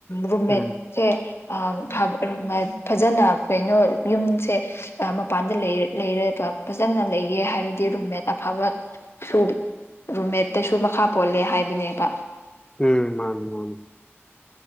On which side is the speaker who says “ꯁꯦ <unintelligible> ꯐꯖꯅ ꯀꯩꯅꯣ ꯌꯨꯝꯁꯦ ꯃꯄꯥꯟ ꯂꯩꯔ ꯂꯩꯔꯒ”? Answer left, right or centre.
Left